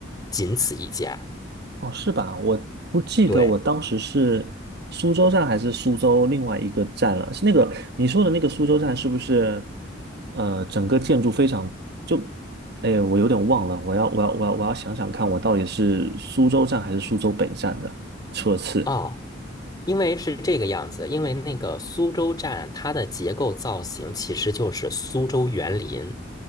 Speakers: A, on the left; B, on the right.
A: 仅此一家。
B: 哦，是吧？我不记得我当时是苏州站还是苏州另外一个站了。
A: 对，
B: 是那个你说的那个苏州站，是不是？呃，整个建筑非常就，哎，我有点忘了。我要我要我要我要想想看，我到底是苏州站还是苏州北站的车次
A: 啊。因为是这个样子，因为那个苏州站它的结构造型其实就是苏州园林，